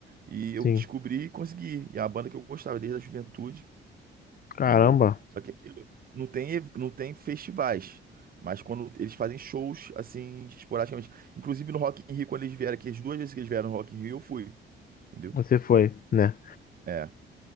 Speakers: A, on the right (about 45°); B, on the left (about 45°).
A: E eu
B: sim.
A: descobri e consegui. E é a banda que eu gostava desde a juventude
B: Caramba,
A: entendeu? Só que aquilo, não tem, ev- não tem festivais, mas quando eles fazem shows, assim, esporadicamente. Inclusive no Rock in Rio, quando eles vieram aqui, as duas vezes que eles vieram no Rock in Rio, eu fui, entendeu?
B: você foi, né?
A: É.